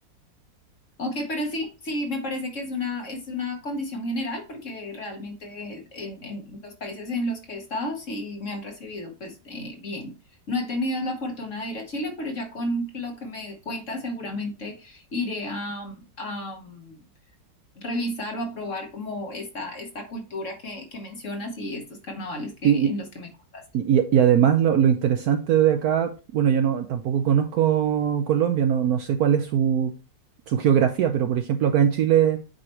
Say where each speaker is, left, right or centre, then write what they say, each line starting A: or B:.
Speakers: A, on the left; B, on the right.
A: Ok, pero sí, sí, me parece que es una, es una condición general porque realmente en, en los países en los que he estado sí me han recibido pues eh, bien. No he tenido la fortuna de ir a Chile, pero ya con lo que me cuenta seguramente iré a, a, mm, revisar o a probar como esta, esta cultura que, que mencionas y estos carnavales que,
B: Sí,
A: en los que me contaste.
B: Y, y- y además lo, lo interesante de acá, bueno, yo no tampoco conozco Colombia, no, no sé cuál es su, su geografía, pero por ejemplo acá en Chile,